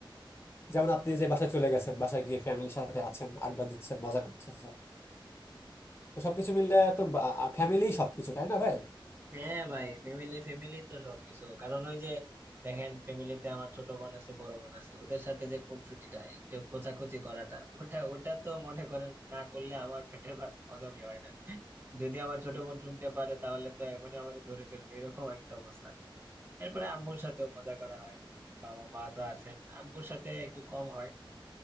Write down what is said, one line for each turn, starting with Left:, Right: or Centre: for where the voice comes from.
Left: যেমন আপনি যে বাসায় চলে গেছেন বাসায় গিয়ে ফ্যামিলির সাথে আছেন আড্ডা দিচ্ছেন মজা করতেছেন তো সবকিছু মিলে তো ফ্যামিলি সবকিছু তাই না ভাই
Right: হ্যাঁ ভাই ফ্যামিলি ফ্যামিলি তো সবকিছু কারণ ওই যে দেখেন ফ্যামিলিতে আমার ছোট বোন আছে বড় বোন আছে ওদের সাথে যে কোন ছুটিটা একটু খোঁচাখুচি করাটা ওটা ওটা তো মনে করেন না করলে আমার পেটের ভাত হজমই হয় না যদি আমার ছোট বোন শুনতে পারে তাহলে তো এখনই আমার ধরে ফেলবে এরকম একটা অবস্থা এরপরে আম্মুর সাথেও মজা করা হয় বাবা মা তো আছেন আব্বুর সাথে একটু কম হয়